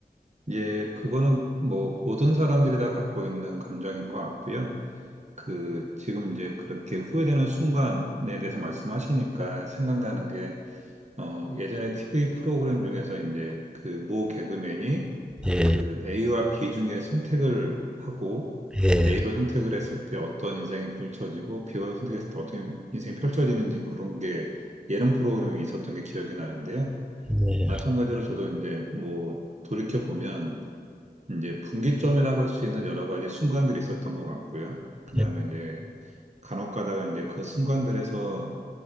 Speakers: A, on the right (about 45°); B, in the centre.
A: 예, 그거는 뭐 모든 사람들이 다 갖고 있는 감정인 것 같고요. 그 지금 이제 그렇게 후회되는 순간에 대해서 말씀하시니까 생각나는 게 어, 예전에 TV 프로그램 중에서 이제 그 모 개그맨이
B: 예,
A: 그 A와 B 중에 선택을 하고
B: 예,
A: A로 선택을 했을 때 어떤 인생이 펼쳐지고 B로 선택했을 때 어떤 인생이 펼쳐지는지 그런 게 예능 프로그램이 있었던 게 기억이 나는데요.
B: 예.
A: 마찬가지로 저도 이제 뭐 돌이켜 보면 이제 분기점이라고 할 수 있는 여러 가지 순간들이 있었던 것 같고요. 그다음에
B: 예.
A: 이제 간혹가다가 이제 그 순간들에서